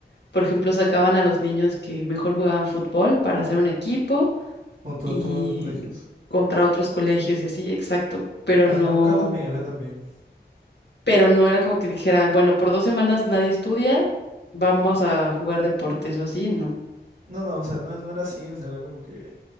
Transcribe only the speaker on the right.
junto
a otros colegios.
Ah,
no, acá también, acá también.
No, no, o sea, no, no era así, o sea, era como que